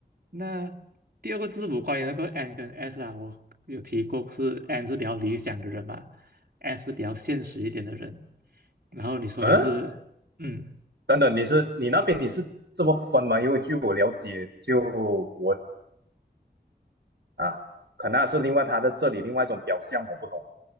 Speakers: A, on the right (about 60°); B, on the right (about 75°).
A: 那第二个字母关于那个 N 跟 S 啊，我有提过是 N 是比较理想的人嘛，S 是比较现实一点的人。然后你说你是，
B: 嗯，
A: 嗯
B: 等等，你是你那边你是这么分吗？因为据我了解，就我啊，可能是另外他在这里另外一种表象，我不懂。